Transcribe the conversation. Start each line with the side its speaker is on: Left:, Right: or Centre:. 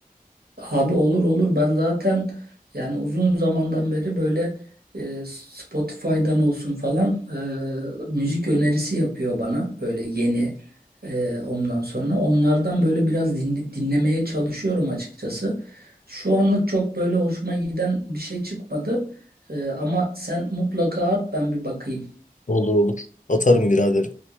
Right: Abi olur olur ben zaten yani uzun zamandan beri böyle e, Spotify'dan olsun falan e, müzik önerisi yapıyor bana böyle yeni e, ondan sonra onlardan böyle biraz din- dinlemeye çalışıyorum açıkçası. Şu anlık çok böyle hoşuma giden bir şey çıkmadı E, ama sen mutlaka at ben bir bakayım.
Left: Olur olur. Atarım biraderim.